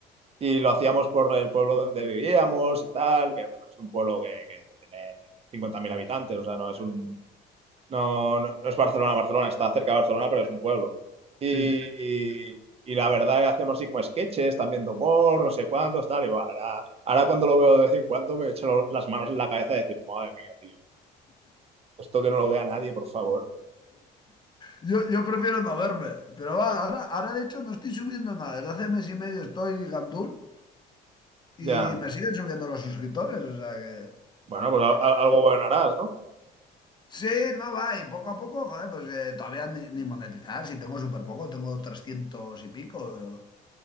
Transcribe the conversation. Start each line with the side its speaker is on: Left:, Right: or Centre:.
Right: y lo hacíamos por el pueblo donde vivíamos y tal, que bueno, es un pueblo que, que tiene 50.000 habitantes, o sea, no es un no, no, no es Barcelona, Barcelona, está cerca de Barcelona, pero es un pueblo. Y,
Left: Sí.
Right: y la verdad, hacíamos así como sketches, también de humor, no sé cuántos, tal. Y bueno, ahora, ahora cuando lo veo de vez en cuando me echo lo- las manos en la cabeza y decir, madre mía, tío, esto que no lo vea nadie, por favor.
Left: Yo, yo prefiero no verme, pero va, ahora, ahora de hecho no estoy subiendo nada. Desde hace mes y medio estoy gandul y
Right: Ya,
Left: me siguen subiendo los suscriptores. O sea que...
Right: bueno, pues al- al- algo bueno harás, ¿no?
Left: Sí, no va, y poco a poco, joder, pues eh, todavía ni, ni monetizar, si tengo súper poco, tengo 300 y pico, pero,